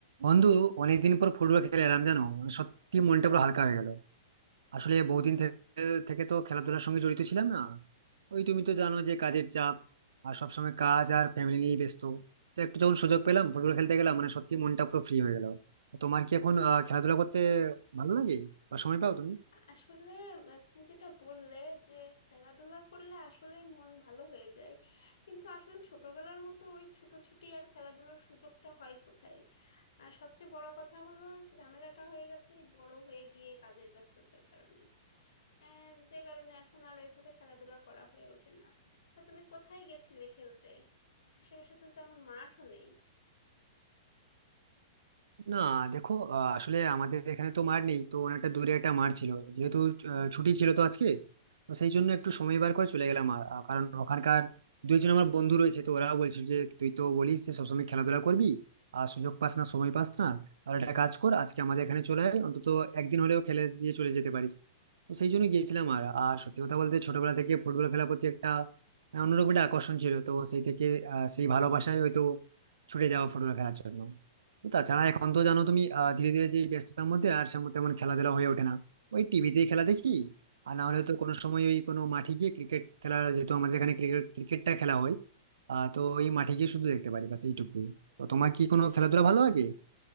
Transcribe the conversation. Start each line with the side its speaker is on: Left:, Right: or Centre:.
Right: বন্ধু অনেকদিন পর ফুটবল খেলে এলাম জানো মানে সত্যি মনটা পুরো হালকা হয়ে গেল আসলে বহুদিন থে- থেকে তো খেলাধুলার সঙ্গে জড়িত ছিলাম না ওই তুমি তো জানো যে কাজের চাপ আর সবসময় কাজ আর ফ্যামিলি নিয়ে ব্যস্ত তো একটু যখন সুযোগ পেলাম ফুটবল খেলতে গেলাম মানে সত্যি মনটা পুরো ফ্রি হয়ে গেল তোমার কি এখন
Left: আস-
Right: আহ, খেলাধুলা করতে ভালো লাগে বা সময় পাও তুমি
Left: আসলে আহ, তুমি যেটা বললে যে খেলাধুলা করলে আসলে মন ভালো হয়ে যায় কিন্তু আসলে ছোটবেলার মতো ওই ছুটোছুটি আর খেলাধুলার সুযোগটা হয় কোথায় আর সবচেয়ে বড় কথা হলো ঝামেলাটা হয়ে গেছে এই বড় হয়ে গিয়ে কাজের ব্যস্ততার কারণে আহ, যে কারণে এখন আর ওইভাবে খেলাধুলা করা হয়ে ওঠে না তা তুমি কোথায় গেছিলে খেলতে আশেপাশে তো তেমন মাঠও নেই
Right: না দেখো আহ, আসলে আমাদের এখানে তো মার নেই তো অনেকটা দূরে একটা মার ছিল যেহেতু আহ, ছুটি ছিল তো আজকে তো সেই জন্য একটু সময় বার করে চলে গেলাম আর- আহ, কারণ ওখানকার দুইজন আমার বন্ধু রয়েছে তো ওরাও বলছিল যে তুই তো বলিস যে সবসময় খেলাধুলা করবি আর সুযোগ পাস না সময় পাস না তাহলে একটা কাজ কর আজকে আমাদের এখানে চলে আয় অন্তত একদিন হলেও খেলে দিয়ে চলে যেতে পারিস তো সেই জন্য গিয়েছিলাম আর আর সত্যি কথা বলতে ছোটবেলা থেকে ফুটবল খেলার প্রতি একটা আহ, অন্যরকম একটা আকর্ষণ ছিল তো সেই থেকে আহ, সেই ভালোবাসায় হয়তো ছুটে যাওয়া ফুটবল খেলার জন্য তাছাড়া এখন তো জানো তুমি আহ, ধীরে ধীরে যে ব্যস্ততার মধ্যে আর সেমন তেমন খেলাধুলা হয়ে ওঠে না ওই টিভিতেই খেলা
Left: আসলে
Right: দেখি আর না হলে তো কোনো সময় ওই কোনো মাঠে গিয়ে ক্রিকেট খেলা যেহেতু আমাদের এখানে ক্রিকেট ক্রিকেটটা খেলা হয় আহ তো ওই মাঠে গিয়ে শুধু দেখতে পারি বাস এইটুকুই তো তোমার কি কোনো
Left: হ্যাঁ,
Right: খেলাধুলা ভালো লাগে